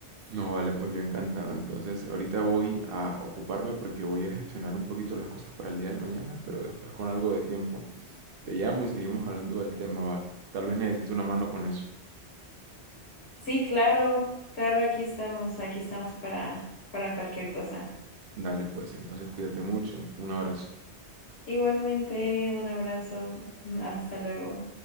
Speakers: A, on the right; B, on the left.
A: No, vale, pues yo encantado. Entonces, ahorita voy a ocuparme porque voy a gestionar un poquito las cosas para el día de mañana, pero después con algo de tiempo te llamo y seguimos hablando del tema, vale. Tal vez necesito una mano con eso.
B: Sí, claro, claro, aquí estamos, aquí estamos para para cualquier cosa.
A: Dale, pues, entonces cuídate mucho. Un abrazo.
B: Igualmente, un abrazo, mm, hasta luego.